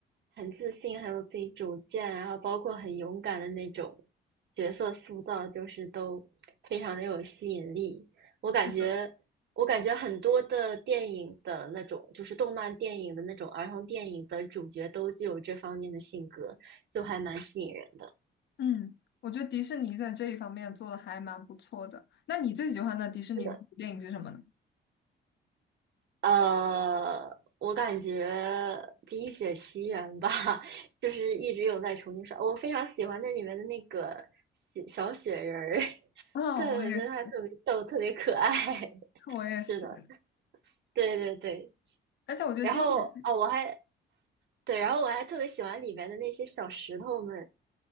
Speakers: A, on the right; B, on the left.
A: 很自信、很有自己主见，然后包括很勇敢的那种角色塑造，就是都非常的有吸引力。我感觉，
B: 是的，
A: 我感觉很多的电影的那种，就是动漫电影的那种儿童电影的主角都具有这方面的性格，就还蛮吸引人的。
B: 嗯，我觉得迪士尼在这一方面做的还蛮不错的。那你最喜欢的迪士尼公主电影是什么呢？
A: 是的。呃，我感觉比冰雪奇缘》吧，<laughs> 就是一直有在重新刷。我非常喜欢那里面的那个雪小雪人儿，<laughs>
B: 哦，
A: 对，
B: 我也是，
A: 我觉得他特别逗，特别可爱。
B: 我也是，
A: <laughs> 是的，对对对。
B: 而且我觉得经典，
A: 然后哦，我还对，然后我还特别喜欢里面的那些小石头们，